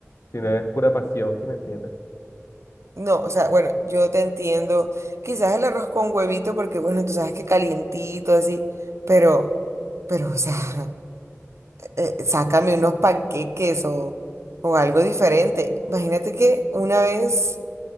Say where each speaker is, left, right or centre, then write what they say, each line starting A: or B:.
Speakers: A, on the left; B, on the right.
A: sino es pura pasión, si me entiendes?
B: No, o sea, bueno, yo te entiendo. Quizás el arroz con huevito, porque bueno, tú sabes que calientito, así, pero, pero, o sea, <laughs> eh, sácame unos panqueques o, o algo diferente. Imagínate que una vez